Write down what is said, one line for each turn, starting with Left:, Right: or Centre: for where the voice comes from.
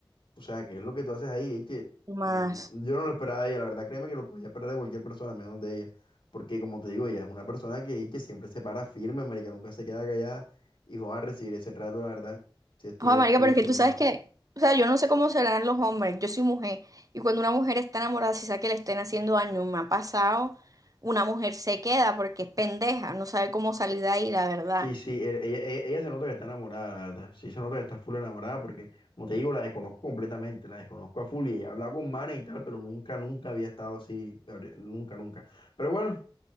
Left: O sea, ¿qué es lo que tú haces ahí? Es que
Right: No Más.
Left: no, yo no lo esperaba de ella, la verdad, créeme que lo podía esperar de cualquier persona, menos de ella, porque como te digo, ella es una persona que, y que siempre se para firme, marica, nunca se queda callada, y joda, recibir ese trato, la verdad, sí estuvo
Right: Ojo, marica,
Left: full,
Right: pero es
Left: full
Right: que tú sabes
Left: mal.
Right: que, o sea, yo no sé cómo serán los hombres, yo soy mujer, y cuando una mujer está enamorada, si sabe que le estén haciendo daño, me ha pasado, una mujer se queda porque es pendeja, no sabe cómo salir de ahí, la verdad.
Left: Sí, sí, e- ella, ella- ella se nota que está enamorada, la verdad. Sí, se nota que está full enamorada porque, como te digo, la desconozco completamente, la desconozco a full y ella ha hablado con manes y tal, pero nunca, nunca había estado así, abri- nunca, nunca. Pero bueno,